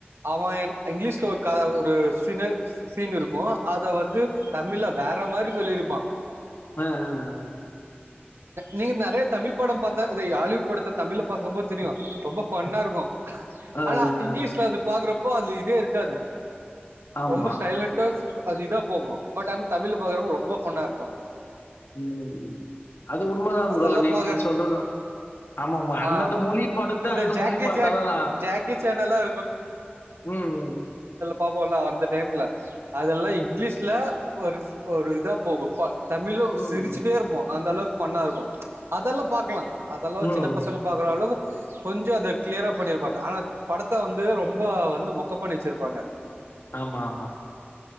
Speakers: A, on the right; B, on the left.
A: அவே என் இங்கிலீஷ்ல ஒரு காத ஒரு சினல் சீன் இருக்கு அத வந்து தமிழ்ல வேற ற மாரி சொல்லியிருப்பா
B: ஹ ஹ ஹ
A: நீங்க நெறய தமிழ் படம் பாத் தா அதை ஹாலிவூட் படத்த தமிழ்ல பாக்கும் போத் தெரியு ரொம்ப ஃபன்னா இருக்கு
B: ஆ ஆ
A: ஆனா இங்கிலீஷ்ல
B: ஆ.
A: அது பாக்குறப் இப்போ அதுல இதே இருக்காது
B: ஆமா
A: ரொம்ப சைலண்ட்டா <unintelligible> அது இதாப் போகு பட் அன் தமிழ்ல பாக்குறப்பொ ரொம்ப ஃபன்னா இருக்கு
B: உம் அது உண்மதா ப்ரோ
A: அதெல்லாம்
B: நீங்க
A: பாக்க
B: சொல்றது ஆமாமா அந்தந்த
A: ஆமா
B: மொழி படத்த
A: இந்த
B: அந்த
A: ஜாக்கி
B: மொழி பாத்தாதா
A: சேன்
B: நா
A: ஜாக்கி சேன் எல்லாம்
B: உம்
A: பாபோலே அந்த டைம்ல அதெல்லா இங்கிலீஷ்லே ஒருஸ் ஒரு இதா போகும் பார் தமிழ்லொரு
B: ம்
A: சிரிச்சிட்டே இருப்போ அளோக் பஃண்ணா இருக்கோ அதெல்லா பாக்லா அதல்லா ஒ
B: ம்
A: சின்ன பசங்க பாக்குற அளவு கொஞ்சோ அத கிளியரா பண்ணிருப்பாங்க ஆனா படத்த வந்து ரொம்ப வந்து மொக்க பண்ணி வச்சிருப்பாங்கெ
B: ஆமா ஆமா